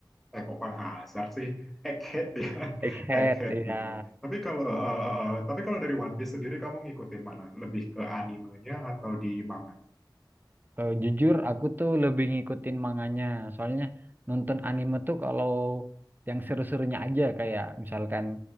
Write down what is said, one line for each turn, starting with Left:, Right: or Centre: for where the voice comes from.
Centre: eh kok Pang Hazard sih Egghead ya <laughs>
Right: Egghead,
Centre: Egghead
Right: ya.
Centre: gitu tapi kalau eh, eh, eh, tapi kalau dari One Piece sendiri kamu ngikutin mana lebih ke animenya atau di manga
Right: Eh, jujur aku tuh lebih ngikutin manganya. Soalnya nonton anime tuh kalau yang seru-serunya aja kayak misalkan